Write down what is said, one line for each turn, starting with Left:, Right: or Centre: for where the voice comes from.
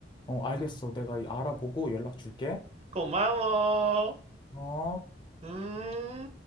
Left: 어, 알겠어.
Right: 응?
Left: 내가 알아보고
Right: 응.
Left: 연락 줄게.
Right: 고마워.
Left: 어.
Right: 음.